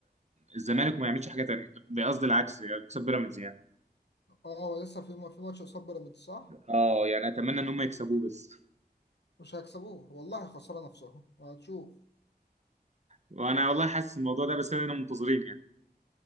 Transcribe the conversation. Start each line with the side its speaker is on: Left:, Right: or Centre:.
Right: الزمالك وما يعملش حاجه تانية قصدي العكس يعني يكسب بيراميدز يعني
Left: اه هو لسه في في ماتش قصاد بيراميدز صح
Right: اه يعني اتمنى ان هم يكسبوه بس
Left: مش هيكسبوه والله خساره نفسهم وهتشوف
Right: وانا والله حاسس الموضوع ده بس انا منتظرين يعني